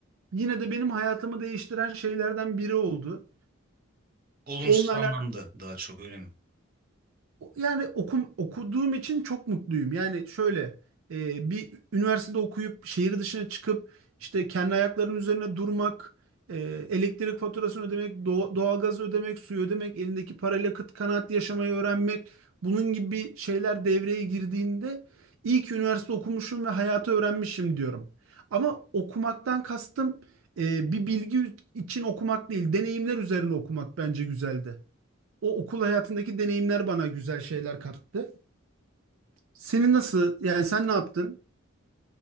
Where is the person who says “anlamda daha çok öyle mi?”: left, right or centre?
Right